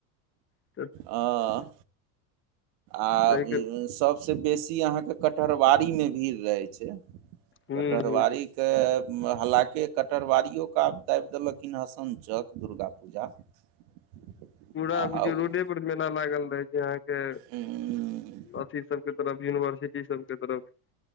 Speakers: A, on the left (about 25°); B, on the right (about 65°).
A: छै
B: हू आ
A: ताहिके
B: सबसे बेसी अहाँके कटहरबारीमे भीड़ रहै छै
A: हूँ
B: कटहरबारीके
A: हूँ
B: हलाकि कटहरवारियो क आ दाबि देलखिन हसन चौक दुर्गा पूजा <inaudible> <unintelligible>
A: चूड़ा
B: आ
A: बुज
B: ओ
A: रोडे लागल रह छै अहाँके
B: उम्म,
A: अथी सबके तरफ यूनिवर्सिटी सबके तरफ